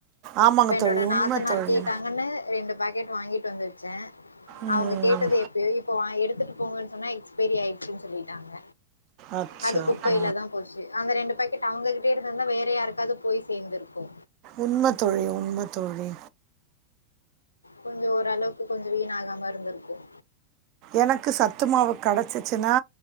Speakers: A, on the right; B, on the left.
A: ஆமாங்க
B: இப்ப என்னோட
A: தோழி
B: நாத்தனார்
A: உண்மை தோழி
B: கேட்டாங்கன்னு ரெண்டு பாக் க்கெட் வாங்கிட்டு வந்து வெசே
A: ம்
B: அவங்க கேட்டது எப்பயோ இப்ப வா எடு எடுதுட்டு போங்கன்னு சொன்னா எக்ஸ்பரி ஆயிடுச்சுன்னு சொல்லிட்டாங்க
A: அச்சா
B: அது குப்பையில
A: ஆ.
B: தா போச்சு அங்க ரெண்டு அவங்ககிட்டே இருத்துந்தா வேற யாருக்காவது போய் சேர்ந்துருக்கு
A: உண்மத்தோழி உண்மத்தோழி
B: கொஞ்சோ ஓரளவுக்கு கொஞ்சோ வீண ஆகாம இருந்திரு <unintelligible>
A: எனக்கு சத்து மாவு கிடைச்சிச்சுன்னா